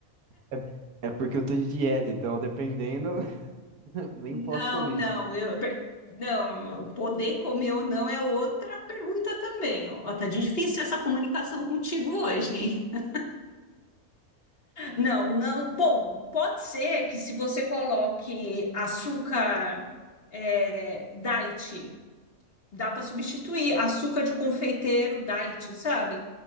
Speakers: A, on the right (about 80°); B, on the left (about 40°).
A: É, é porque eu tô de dieta, então dependendo, <laughs> nem
B: Não,
A: posso comer.
B: não, eu, bem, não, poder comer ou não é outra pergunta também. Ó, tá difícil essa comunicação contigo hoje, hein? <laughs> Não, não. Bom, pode ser que se você coloque açúcar é, diet, dá para substituir açúcar de confeiteiro diet, sabe?